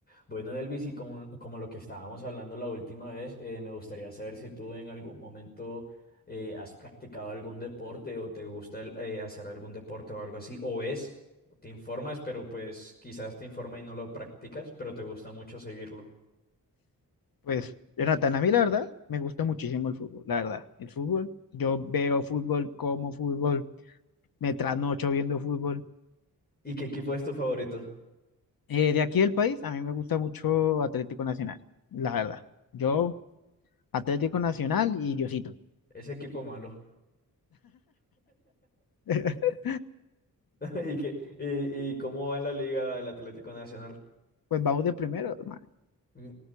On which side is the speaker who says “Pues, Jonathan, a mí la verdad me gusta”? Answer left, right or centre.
Left